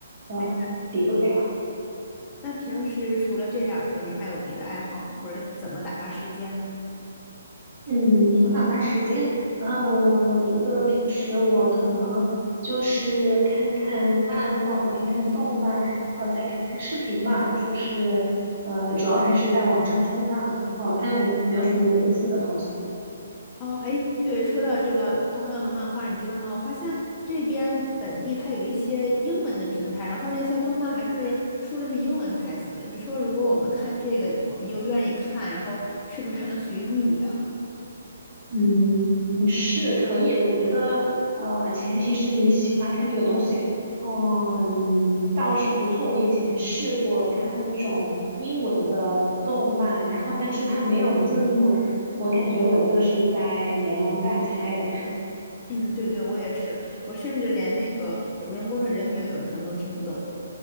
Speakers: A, on the right; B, on the left.
A: 呃，
B: 哎，
A: 比不了。
B: 那平时除了这两个，你还有别的爱好吗？或者怎么打发时间呢？
A: 嗯，怎么打发时间？嗯，我我觉得平时我可能就是看看漫画，看看动漫，然后再看看视频吧。就是呃，主要还是在网上冲浪，然后看有没有什么有意思的东西。
B: 哦，哎，对，说到这个动漫和漫画，你知道吗？我发现这边本地它有一些英文的平台，然后那些动漫还是说的是英文台词。你说如果我们看这个，我们又愿意看，然后是不是还能学英语啊？
A: 嗯，嗯是可以，我觉得，呃，前提是你喜欢看这个东西，哦嗯，倒是不错。我以前试过看那种英文的动漫，然后但是它没有字幕，我感觉我就是在连蒙带猜的看。
B: <laughs> 嗯，对对，我也是，我甚至连那个主人公的人名有的时候都听不懂。